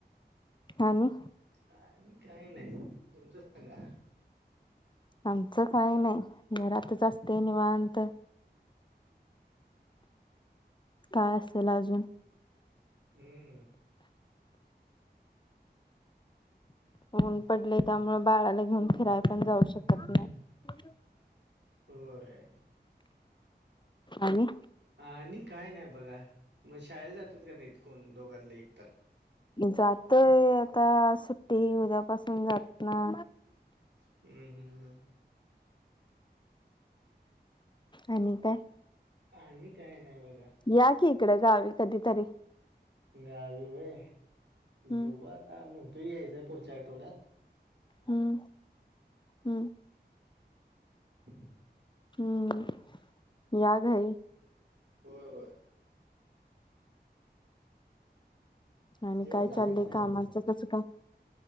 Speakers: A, on the left; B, on the right.
A: आणि
B: आणि काही नाही तुमचं सांगा
A: आमचं काही नाही घरातच असते निवांत काय असेल अजून
B: हम्म
A: ऊन पडले त्यामुळे बाळाला घेऊन फिरायला पण जाऊ शकत नाही
B: हो अ
A: आणि
B: आणि काय नाही बघा मग शाळेला जातात का नाही इतकण दोघातले एक तर
A: जातय आता सुट्टी उद्यापासून जात ना
B: हम्म हम्म हम्
A: आणि काय
B: आणि काय नाही बघ
A: या की इकड गावी कधीतरी
B: गावी होय
A: हम्म
B: बघू आता म्हणत यायचं पुढच्या आठवड्यात
A: हम्म हम्म
B: <unintelligible>
A: हम्म या घरी
B: होय होय
A: आणि
B: जेवण
A: काय
B: झाले
A: चाललंय
B: का नाही
A: कामाचं
B: अजून मग
A: कसं का